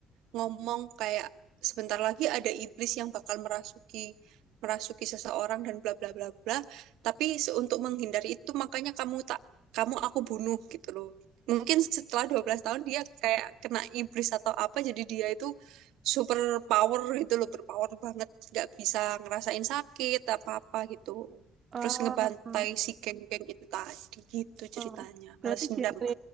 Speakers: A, on the right; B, on the right.
A: ngomong kayak sebentar lagi ada iblis yang bakal merasuki merasuki seseorang dan bla bla bla bla. Tapi untuk menghindari itu makanya kamu tak kamu aku bunuh gitu loh. Mungkin setelah 12 tahun dia kayak kena iblis atau apa jadi dia itu super power gitu loh, berpower banget, nggak bisa ngerasain sakit apa-apa gitu.
B: oh,
A: Terus ngebantai si geng-geng itu tadi gitu ceritanya,
B: oh. Berarti
A: balas dendam.
B: genre